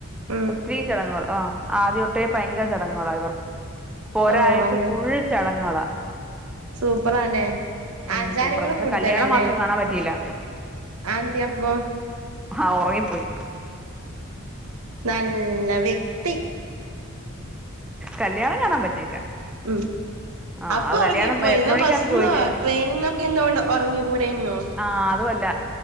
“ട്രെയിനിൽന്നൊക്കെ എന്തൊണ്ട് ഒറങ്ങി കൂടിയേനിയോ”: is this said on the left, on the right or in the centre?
Right